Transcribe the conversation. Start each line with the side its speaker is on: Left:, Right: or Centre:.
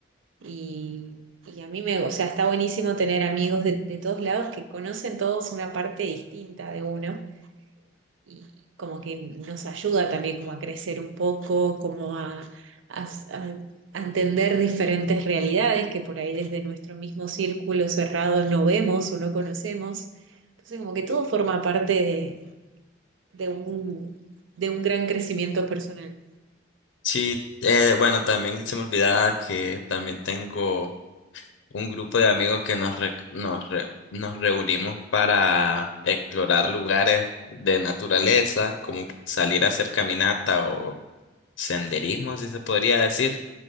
Right: Y, y a mí me, o sea, está buenísimo tener amigos de de todos lados que conocen todos una parte distinta de uno y como que nos ayuda también como a crecer un poco, como a, a- a- a entender diferentes realidades que por ahí desde nuestro mismo círculo cerrado no vemos o no conocemos. Entonces como que todo forma parte de, de un, de un gran crecimiento personal.
Left: Sí, eh, bueno, también se me olvidaba que también tengo un grupo de amigos que nos, re- nos, re- nos reunimos para explorar lugares de naturaleza, como salir a hacer caminata o senderismo, si se podría decir.